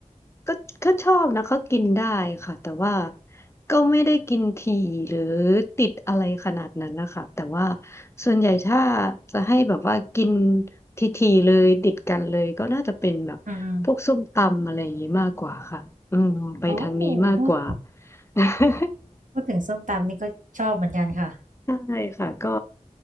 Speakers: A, on the left; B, on the right.
A: ก็ก็ชอบนะก็กินได้ค่ะแต่ว่าก็ไม่ได้กินถี่หรือติดอะไรขนาดนั้นนะคะแต่ว่าส่วนใหญ่ถ้าจะให้แบบว่ากินทีๆเลยติดกันเลยก็น่าจะเป็นแบบพวกส้มตำอะไรอย่างนี้มากกว่าค่ะอืมไปทางนี้มากกว่า
B: อืมอืมโอ้พูด
A: <laughs>
B: พูดถึงส้มตำนี่ก็ชอบเหมือนกันค่ะ
A: ใช่ค่ะก็